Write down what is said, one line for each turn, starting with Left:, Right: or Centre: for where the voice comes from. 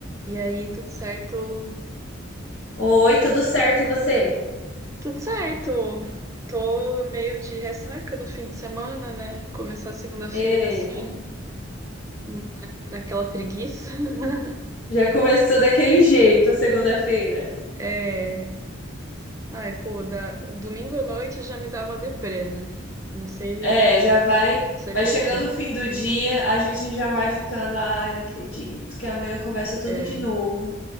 Right: E aí, tudo certo?
Left: Oi, tudo certo e você?
Right: Tudo certo. Tô meio de ressaca do fim de semana, né? Começar segunda-feira
Left: Eita,
Right: assim, na, naquela preguiça. <laughs>
Left: já começou daquele jeito a segunda-feira.
Right: É. Ai, pô, da... domingo à noite já me dá uma deprê, né? Não sei,
Left: É, já vai,
Right: não sei
Left: vai
Right: por
Left: chegando
Right: quê.
Left: o fim do dia, a gente já vai ficando, ai, não acredito que amanhã começa tudo
Right: É.
Left: de novo.